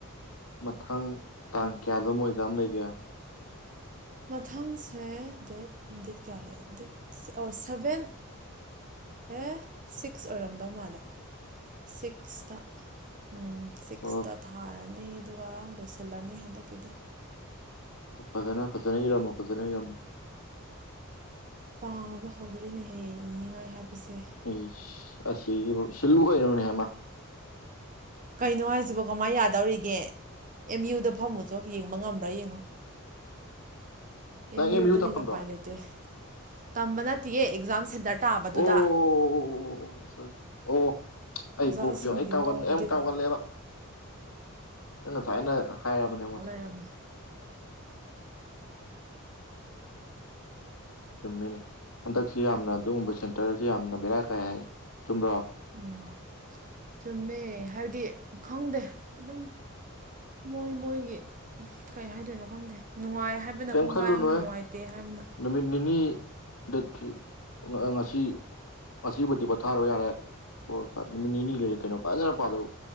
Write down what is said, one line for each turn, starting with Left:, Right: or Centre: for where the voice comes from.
Left: ꯃꯊꯪ ꯇꯥꯡ ꯀꯌꯥꯗ ꯑꯃꯨꯛ ꯑꯦꯛꯖꯥꯝ ꯂꯩꯒꯦ
Right: ꯃꯊꯪꯁꯦ ꯗꯦꯠ ꯗꯦꯠ ꯀꯌꯥꯅꯣ ꯗꯦꯠ ꯑꯣ ꯁꯚꯦꯟ ꯑꯦ ꯁꯤꯛꯁ ꯑꯣꯏꯔꯝꯗꯧ ꯃꯥꯜꯂꯦ ꯁꯤꯛꯁꯇ ꯎꯝ ꯁꯤꯛꯁꯇ
Left: ꯑꯣ
Right: ꯊꯥꯔꯅꯤ ꯑꯗꯨꯒ ꯂꯣꯏꯁꯤꯜꯂꯅꯤ ꯍꯟꯗꯛꯀꯤꯗꯤ
Left: ꯐꯖꯅ ꯐꯖꯅ ꯏꯔꯝꯃꯣ ꯐꯖꯅ ꯏꯔꯝꯃꯣ
Right: ꯄꯥꯕ ꯍꯧꯗꯔꯤꯅꯦꯍꯦ ꯏꯅꯤꯡꯉꯥꯏ ꯍꯥꯏꯕꯁꯦ
Left: ꯏꯁ ꯑꯁꯤꯒꯤꯕꯨ ꯏꯁꯤꯜꯂꯨ ꯀꯩꯅꯣꯅꯦ ꯍꯥꯏꯃ
Right: ꯀꯩꯅꯣ ꯍꯥꯏꯁꯤꯕꯣ ꯀꯃꯥꯏꯅ ꯌꯥꯗꯧꯔꯤꯒꯦ ꯑꯦꯝ ꯌꯨꯗ ꯐꯝꯃꯨ ꯆꯣ ꯌꯦꯡꯕ ꯉꯝꯕ꯭ꯔꯥ ꯌꯦꯡꯉꯣ ꯑꯦꯝ
Left: ꯅꯪ
Right: ꯌꯨꯗꯅꯤꯅ
Left: ꯌꯨ ꯇꯝꯕ꯭ꯔꯣ
Right: ꯎꯄꯥꯏ ꯂꯩꯇꯦ ꯇꯝꯕ ꯅꯠꯇꯦꯌꯦ ꯑꯦꯛꯖꯥꯝ ꯁꯦꯟꯇꯔ ꯇꯥꯕꯗꯨꯗ
Left: ꯑꯣ ꯑꯣ ꯑꯩ
Right: ꯑꯣꯖꯥꯁꯤꯡꯒꯤ
Left: ꯀꯣꯛꯁꯤ ꯌꯦꯡꯉꯨ ꯑꯩ ꯀꯥꯎꯒꯟ
Right: ꯃꯑꯣꯡꯗꯨꯗꯤ
Left: ꯑꯩꯌꯥꯝ ꯀꯥꯎꯒꯜꯂꯦꯕ
Right: ꯀꯃ
Left: ꯅꯪꯅ ꯐꯌꯥꯅ ꯍꯥꯏꯔꯕꯅꯦ ꯑꯩꯉꯣꯟꯗ
Right: ꯔꯪ
Left: ꯆꯨꯝꯃꯤꯅꯦ ꯍꯟꯗꯛꯁꯤ ꯌꯥꯝꯅ ꯑꯗꯨꯒꯨꯝꯕ ꯁꯦꯟꯇꯔꯁꯤ ꯌꯥꯝꯅ ꯕꯦꯔꯥ ꯀꯥꯏ ꯍꯥꯏ ꯆꯨꯝꯕ꯭ꯔꯣ
Right: ꯎꯝ ꯆꯨꯝꯃꯦ ꯍꯥꯏꯕꯗꯤ ꯈꯪꯗꯦ ꯑꯗꯨꯝ ꯃꯣꯏ ꯃꯣꯏꯒꯤ ꯀꯩ ꯍꯥꯏꯗꯣꯏꯅꯣ ꯈꯪꯗꯦ ꯅꯨꯡꯉꯥꯏ ꯍꯥꯏꯕꯅ
Left: ꯀꯩꯝ
Right: ꯀꯣꯡꯒꯥꯏ
Left: ꯈꯜꯂꯨꯅꯨꯍꯦ
Right: ꯑꯃ ꯅꯨꯡꯉꯥꯏꯇꯦ ꯍꯥꯏꯕꯅ
Left: ꯅꯨꯃꯤꯠ ꯅꯤꯅꯤ ꯗꯦꯠ ꯊ꯭ꯔꯤ ꯉꯁꯤ ꯉꯁꯤꯕꯨꯗꯤ ꯄꯣꯊꯥꯔ‌ꯣ ꯌꯥꯔꯦ ꯐꯣꯔ ꯐꯥꯏꯞ ꯅꯨꯃꯤꯠ ꯅꯤꯅꯤ ꯂꯩꯔꯦ ꯀꯩꯅꯣ ꯐꯖꯅ ꯄꯥꯗꯧ